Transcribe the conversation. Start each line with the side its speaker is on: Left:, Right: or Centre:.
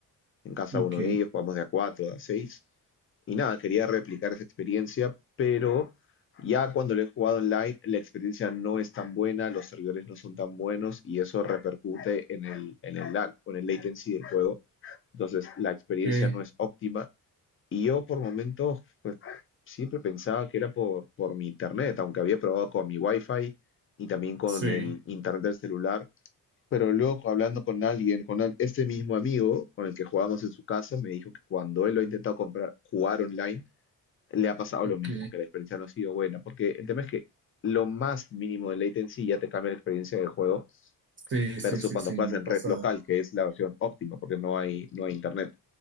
Left: En casa
Right: ok,
Left: uno de ellos jugábamos de a 4 de a seis Y nada, quería replicar esa experiencia, pero ya cuando lo he jugado online la experiencia no es tan buena, los servidores no son tan buenos y eso repercute en el, en el lag o en el latency del juego. Entonces la experiencia
Right: ok,
Left: no es óptima y yo por momentos, pues siempre pensaba que era por, por mi internet, aunque había probado con mi wifi y también con
Right: sí,
Left: el internet del celular. Pero luego hablando con alguien, con al- este mismo amigo con el que jugábamos en su casa, me dijo que cuando él lo ha intentado comprar, jugar online, le ha pasado
Right: ok,
Left: lo mismo, que la experiencia no ha sido buena, porque el tema es que lo más mínimo de latency ya te cambia la experiencia del juego
Right: sí, sí,
Left: versus
Right: sí,
Left: cuando
Right: sí,
Left: juegas
Right: me
Left: en
Right: ha pasado.
Left: red local, que es la versión óptima, porque no hay, no hay internet,